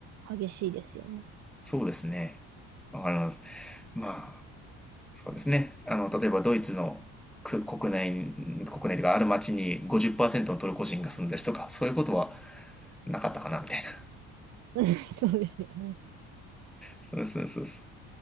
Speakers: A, on the right; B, in the centre.
A: 激しいですよね。
B: そうですね。わかります。まあそうですね。あの、例えばドイツのく国内、国内というかある町に50%のトルコ人が住んでるとか、そういうことはなかったかな、みたいな。
A: <laughs> そうですよね。
B: そうそうそうそう。